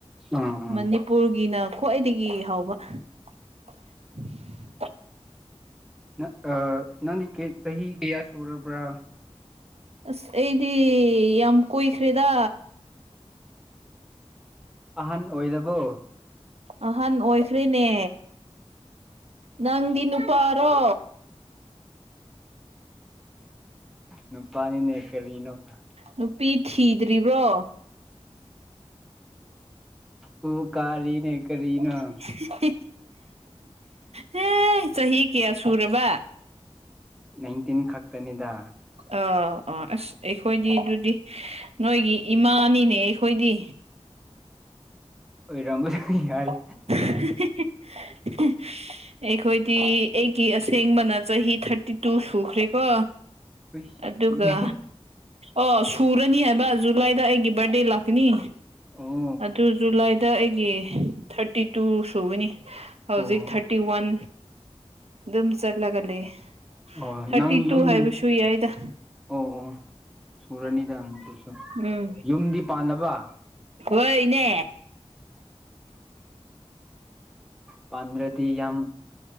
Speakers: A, in the centre; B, on the right.
A: ꯎꯝ
B: ꯃꯅꯤꯄꯨꯔꯒꯤꯅ ꯈ꯭ꯋꯥꯏꯗꯒꯤ ꯍꯥꯎꯕ <inaudible>
A: ꯑ ꯑ ꯅꯅꯤ ꯀꯦ ꯆꯍꯤꯍꯤ ꯏꯠ ꯁꯨꯔꯄ
B: ꯑꯁ ꯑꯩꯗꯤ ꯌꯥꯝ ꯀꯨꯏꯈ꯭ꯔꯦꯗ
A: ꯑꯍꯟ ꯑꯣꯏꯔꯕꯣ
B: ꯑꯍꯟ ꯑꯣꯏꯈ꯭ꯔꯦꯅꯦ ꯅꯪꯗꯤ ꯅꯨꯄꯥꯔꯣ
A: ꯅ ꯄꯅꯤ ꯅ ꯀꯂꯤꯅꯣꯀ
B: ꯅꯨꯄꯤ ꯊꯤꯗꯔꯤ ꯔꯤꯕ꯭ꯔꯣ
A: ꯁꯨ ꯀꯥꯔꯤꯅꯦ ꯀꯔꯤꯅꯣ
B: <inaudible> ꯍꯝ ꯆꯍꯤ ꯀꯌꯥ ꯁꯨꯔꯕ
A: ꯅꯥꯏꯟꯇꯤꯟ ꯈꯛꯇꯅꯤꯗ
B: ꯑꯥ ꯑꯥ ꯑꯁ ꯑꯩꯈꯣꯏꯗꯤ ꯑꯗꯨꯗꯤ ꯅꯣꯏꯒꯤ ꯏꯃꯥꯅꯤꯅꯦ ꯑꯩꯈꯣꯏꯗꯤ
A: ꯑꯣꯏꯔꯪꯁꯨꯅꯤ ꯌꯥꯏ
B: <inaudible> ꯑꯩꯈꯣꯏꯗꯤ ꯑꯩꯒꯤ ꯑꯁꯦꯡꯕꯅ ꯆꯍꯤ ꯊꯥꯔꯇꯤ ꯇꯨ ꯁꯨꯈ꯭ꯔꯦꯀꯣ
A: ꯎꯏꯁ
B: ꯑꯗꯨꯒ
A: ꯁꯤꯗꯤ
B: ꯑꯣ ꯁꯨꯔꯅꯤ ꯍꯥꯏꯕ ꯖꯨꯂꯥꯏꯗ ꯑꯩꯒꯤ ꯕꯥꯔꯗꯦ ꯂꯥꯛꯀꯅꯤ
A: ꯑꯣ
B: ꯑꯗꯨ ꯖꯨꯂꯥꯏꯗ ꯑꯩꯒꯤ ꯊꯥꯔꯇꯤ ꯐꯥꯇꯤ ꯇꯨ ꯁꯨꯕꯅꯤ ꯍꯧꯖꯤꯛ
A: ꯑꯣ
B: ꯊꯥꯔꯇꯤ ꯋꯥꯟ ꯑꯗꯨꯝ ꯆꯠꯂꯒ ꯂꯩ
A: ꯑꯣ
B: ꯊꯥꯔꯇꯤ
A: ꯅꯪ
B: ꯇꯨ
A: ꯌꯨꯝ
B: ꯍꯥꯏꯕꯁꯨ ꯌꯥꯏꯗ
A: ꯑꯣ ꯑꯣ ꯁꯨꯔꯅꯤꯗꯪ ꯑꯗꯨꯁꯨ
B: ꯎꯝ
A: ꯌꯨꯝꯗꯤ ꯄꯥꯟꯂꯕꯥ
B: ꯍꯣꯏꯅꯦ
A: ꯄꯗ꯭ꯔꯗꯤ ꯌꯥꯝ